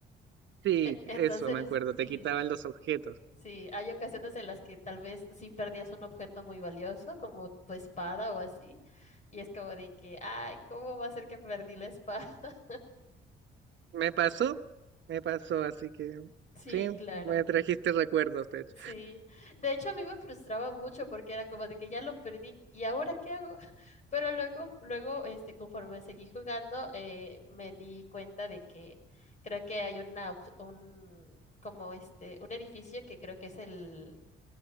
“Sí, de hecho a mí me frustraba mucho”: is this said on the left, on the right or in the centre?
Left